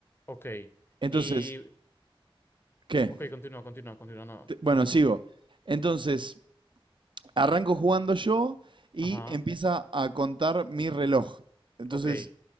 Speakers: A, on the left; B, on the right.
A: ok.
B: Entonces,
A: Y,
B: ¿qué?
A: ok, continúa, continúa, continúa, no,
B: Te- Bueno,
A: continúa.
B: sigo. Entonces, arranco jugando yo y
A: Ajá,
B: empieza a contar mi reloj. Entonces,
A: ok.